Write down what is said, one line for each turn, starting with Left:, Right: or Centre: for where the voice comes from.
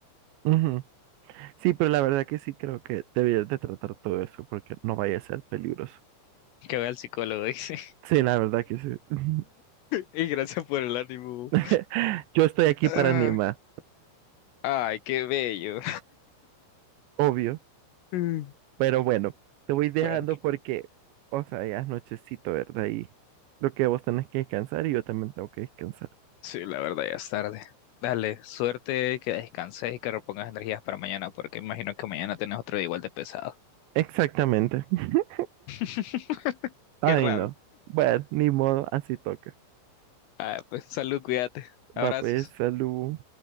Right: Ujú. Sí, pero la verdad que sí creo que debías de tratar todo eso porque no vaya a ser peligroso.
Left: que vaya al psicólogo, <laughs> dice.
Right: Sí, la verdad que sí. <laughs>
Left: Y gracias por el ánimo.
Right: <laughs> Yo estoy aquí
Left: Ah,
Right: para Nima,
Left: ay, qué bello.
Right: obvio,
Left: Mm,
Right: pero bueno, te voy dejando
Left: Bueno,
Right: porque, o sea, ya es nochecito, ¿verdad? Y lo que vos tenés que descansar y yo también tengo que descansar.
Left: sí, la verdad ya es tarde. Dale, suerte, que descanses y que repongas energías para mañana, porque imagino que mañana tenés otro día igual de pesado.
Right: Exactamente. <laughs>
Left: <laughs>
Right: Ay,
Left: Qué raro.
Right: no. Bueno, ni modo, así toca.
Left: Ah, pues salud, cuídate. Abrazos.
Right: Va pues, salud.